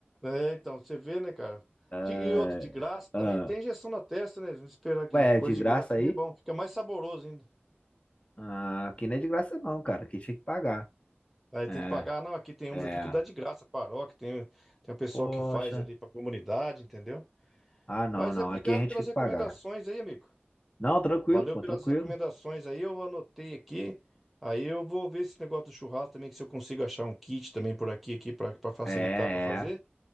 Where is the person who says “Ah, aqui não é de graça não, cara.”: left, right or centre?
Left